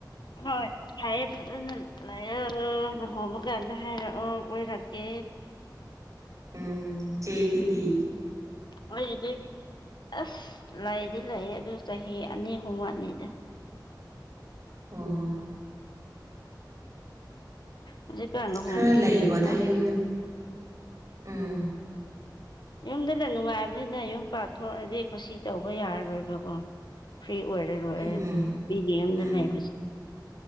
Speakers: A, on the left; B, on the right.
A: ꯍꯣꯏ ꯍꯥꯏꯌꯦ ꯐꯖꯅ ꯂꯩ ꯍ ꯑꯣ ꯂꯍꯣꯡꯕ ꯀꯥꯟꯗ ꯍꯥꯏꯔꯛꯑꯣ ꯀꯣꯏꯔꯛꯀꯦ꯫
B: ꯎꯝ ꯆꯒꯤꯗꯤ
A: ꯃꯣꯏ ꯑꯗꯨ ꯑꯁ ꯂꯩꯗꯤ ꯂꯩ ꯑꯗꯨ ꯆꯍꯤ ꯑꯅꯤ ꯑꯍꯨꯝ ꯋꯥꯠꯅꯤꯗ
B: ꯑꯣ ꯑꯣ
A: ꯍꯧꯖꯤꯛꯀꯥꯟ ꯂꯨꯍꯣꯡꯕꯁꯨ
B: ꯈꯔ ꯂꯩꯀꯣ
A: ꯄꯩꯁꯥ
B: ꯑꯗ ꯌꯨꯝ ꯎꯝ
A: ꯌꯨꯝꯗꯨꯅ ꯅꯨꯡꯉꯥꯏꯕꯅꯤꯗ ꯌꯨꯝ ꯄꯥꯟꯊꯣꯛꯑꯗꯤ ꯀꯠꯁꯤ ꯇꯧꯕ ꯌꯥꯔꯔꯣꯏꯑꯕꯀꯣ ꯐ꯭ꯔꯤ ꯑꯣꯏꯔꯔꯣꯏ
B: ꯎꯝ
A: ꯃꯤꯒꯤ ꯌꯨꯝꯗ
B: ꯎꯝ
A: ꯂꯩꯕꯁꯤ꯫